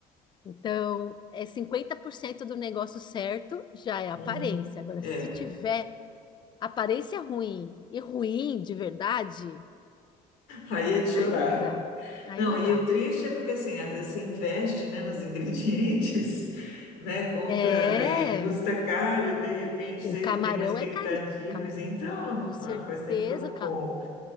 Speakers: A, on the left (about 30°); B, on the left (about 85°).
A: Então, é 50% do negócio certo já é aparência.
B: uhum.
A: Agora,
B: É.
A: se tiver aparência ruim e ruim de verdade,
B: Aí é de chorar.
A: aí não dá. Aí
B: Não,
A: não
B: e
A: dá.
B: o triste é porque assim, às vezes você investe, né, nos ingredientes, <laughs> né, compra
A: É,
B: e custa caro e de repente
A: o
B: você
A: camarão
B: tem uma expectativa,
A: é cari... cam-
B: assim, então,
A: Com certeza,
B: ah, faz tempo que eu não
A: ca-
B: como.